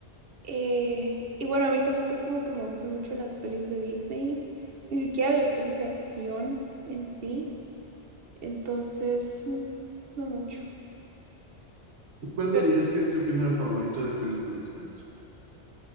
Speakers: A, on the right; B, on the right.
A: Eh, y bueno, a mí tampoco es como que me gusten mucho las pelis de Disney, ni siquiera las pelis de acción en sí. Entonces, mm, no mucho.
B: ¿Y ¿Cuál
A: Pero
B: dirías que es tu género favorito de películas, Carlos?